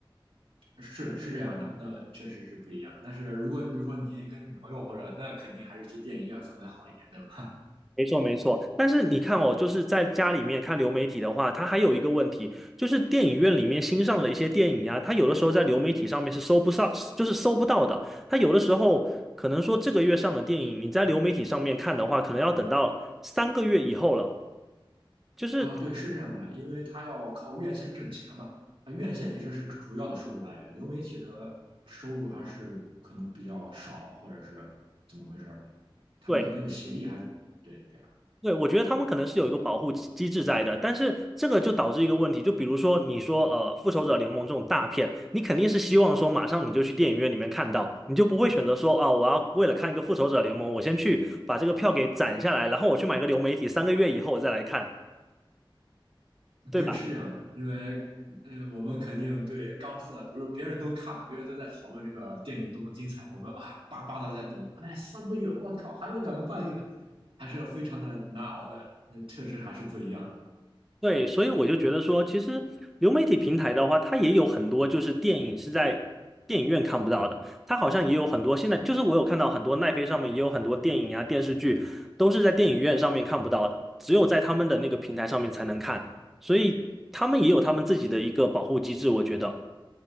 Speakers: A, on the right; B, in the centre.
A: 是是这样的，那确实是不一样。但是如果你比如说你跟女朋友或者那肯定还是去电影院氛围好一点，对吧？
B: 没错，没错。但是你看哦，就是在家里面看流媒体的话，它还有一个问题，就是电影院里面新上的一些电影呀，它有的时候在流媒体上面是搜不上，就是搜不到的。它有的时候可能说这个月上的电影，你在流媒体上面看的话，可能要等到三个月以后了。就是
A: 啊，对，是这样的，因为他要靠院线挣钱嘛。那院线其实是主要的收入来源，流媒体的收入还是可能比较少，或者是怎么回事儿？他们可能有协议还是怎么对，
B: 对，
A: 这样，
B: 对，我觉得他们可能是有一个保护机机制在的，但是这个就导致一个问题，就比如说你说呃《复仇者联盟》这种大片，你肯定是希望说马上你就去电影院里面看到，你就不会选择说啊我要为了看一个《复仇者联盟》，我先去把这个票给攒下来，然后我去买个流媒体，三个月以后我再来看。对吧？
A: 对，是这样的，因为嗯，我们肯定对刚出的，比如别人都看了，别人都在讨论这个电影多么精彩，我们啊巴巴的在等，哎，三个月，我靠，还有两个半月，还是非常的难熬的，那确实还是不一样。
B: 对，所以我就觉得说，其实流媒体平台的话，它也有很多就是电影是在电影院看不到的，它好像也有很多现在就是我有看到很多奈飞上面也有很多电影啊电视剧都是在电影院上面看不到的，只有在他们的那个平台上面才能看，所以他们也有他们自己的一个保护机制，我觉得。